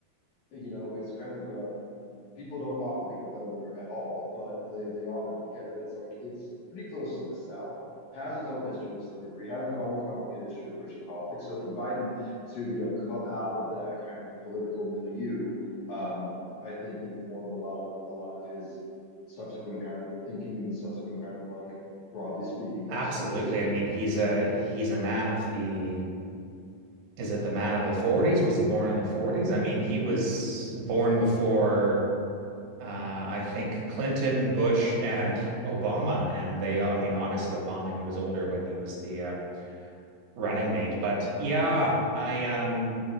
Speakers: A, on the left (about 60°); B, on the right (about 80°).
A: you know, it's kind of a people don't often think of Delaware at all, but they, they often forget that it's like it's pretty close to the South, has its own history of slavery, has its own complicated history of racial politics. So for Biden to, you know, come out of that kind of political milieu, um, I think informed a lot of a lot of his subsequent kind of thinking and the subsequent kind of like broadly speaking, like
B: Absolutely.
A: centrism.
B: I mean, he's
A: He
B: a
A: lived,
B: he's a man of the Is it the man of the 40s? Was he born in the 40s? I mean, he was born before uh, I think Clinton, Bush, and <laughs> Obama. And they, I mean,
A: you
B: obviously
A: know,
B: Obama, he was older when he was the uh, running mate. But yeah, I um